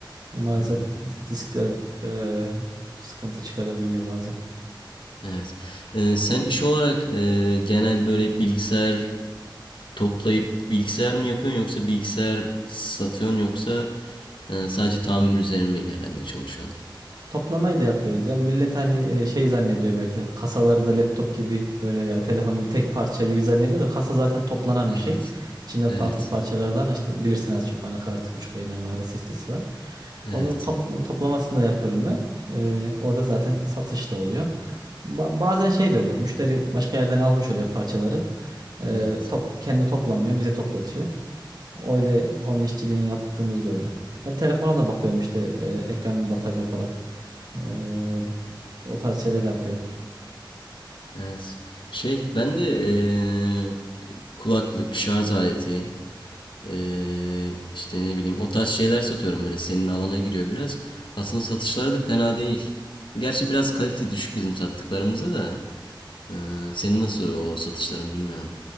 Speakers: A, on the right; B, on the left.
A: E, maalesef
B: Hmm.
A: diskler e, sıkıntı çıkarabiliyor bazen.
B: Evet. Ee, sen iş olarak e, genel böyle bilgisayar Toplayıp bilgisayar mı yapıyorsun yoksa bilgisayar satıyorsun yoksa e, sadece tamir üzerine mi ilerlemeye çalışıyorsun?
A: Toplamayı da yapıyoruz ya. Millet hani e, şey zannediyor belki kasaları da laptop gibi böyle veya telefon gibi tek parça gibi zannediyor da kasa zaten toplanan
B: Evet.
A: bir şey. İçinde
B: Evet.
A: farklı parçalardan işte bilirsin az çok anakartı, güç kaynağı var, SSD'si var.
B: Evet.
A: Onu top- toplamasını da yapıyorum ben. E, orada zaten satış da oluyor. Ba- bazen şey de oluyor. Müşteri başka yerden almış oluyor parçaları. E,
B: Evet.
A: top, kendi toplamıyor, bize toplatıyor. Öyle onun işçiliğini yaptığımız da oluyor. Ben telefona da bakıyorum işte e, ekranın batarya falan. Eee, o tarz şeyler yapıyorum.
B: Evet. Şey ben de e, kulaklık, şarj aleti e, işte ne bileyim o tarz şeyler satıyorum böyle senin alana giriyor biraz. Aslında satışları da fena değil. Gerçi biraz kalite düşük bizim sattıklarımıza da. E, senin nasıl o satışların bilmiyorum.